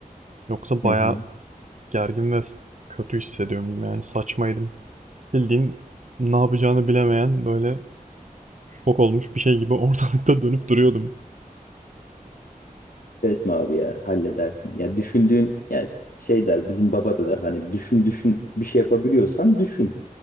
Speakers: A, on the right; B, on the left.
A: Yoksa baya
B: Hı hı.
A: gergin ve kötü hissediyorum yani saçmaydım. Bildiğin ne yapacağını bilemeyen böyle şok olmuş bir şey gibi <laughs> ortalıkta dönüp duruyordum.
B: Etme abi ya halledersin. Ya düşündüğün ya şey der bizim baba da der hani düşün düşün bir şey yapabiliyorsan düşün.